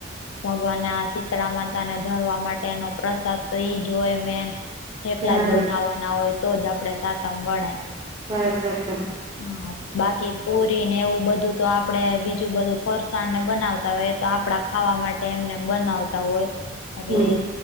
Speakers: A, on the left; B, on the right.
A: ભગવાનના શીતળા માતા ને ધરવા માટેનો પ્રસાદ તો ઈ જ હોય મેન થેપલા
B: હા
A: જ બનાવવાના હોય તો જ આપણે સાતમ ગણાય.
B: હા અચ્છા અચ્છા.
A: હા બાકી પુરી ને એવું બધું તો આપડે બીજું બધું ફરશ સાળ ને બનાવતા હોય એ તો આપડા ખાવા માટે એમનેમ બનાવતા હોય બાકી
B: હમ